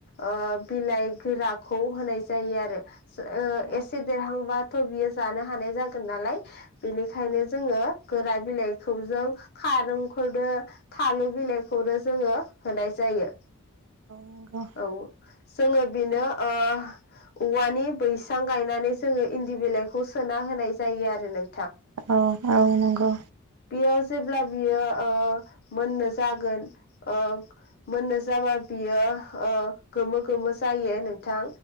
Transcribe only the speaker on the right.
नंगौ
औ
नंगौ
औ औ नंगौ